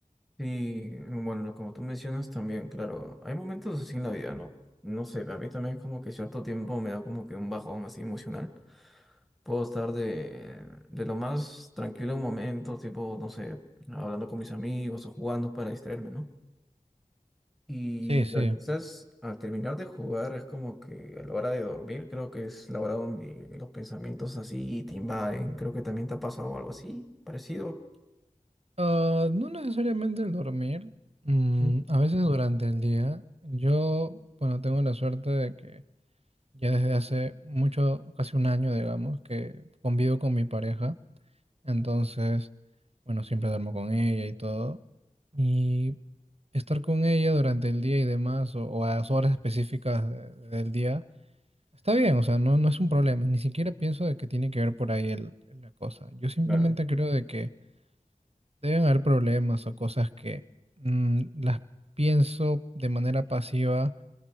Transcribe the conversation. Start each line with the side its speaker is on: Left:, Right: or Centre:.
Centre: sí bueno, lo como tú mencionas también, claro, hay momentos así en la vida, ¿no? No sé, a mí también es como que cierto tiempo me da como que un bajón así emocional. Puedo estar de, de lo más tranquilo en un momento, tipo, no sé, hablando con mis amigos o jugando para distraerme, ¿no? Y
Right: Sí, sí.
Centre: eh, quizás al terminar de jugar es como que a la hora de dormir, creo que es la hora donde los pensamientos así te invaden. Creo que también te ha pasado algo así, parecido.
Right: Ah, no necesariamente el dormir. Mm,
Centre: Ujú.
Right: a veces durante el día. Yo, bueno, tengo la suerte de que ya desde hace mucho, casi un año, digamos, que convivo con mi pareja. Entonces, bueno, siempre duermo con ella y todo. Y estar con ella durante el día y demás, o, o a las horas específicas de- del día, está bien, o sea, no, no es un problema. Ni siquiera pienso de que tiene que ver por ahí el- la cosa. Yo simplemente
Centre: Claro.
Right: creo de que Deben haber problemas o cosas que mm, las pienso de manera pasiva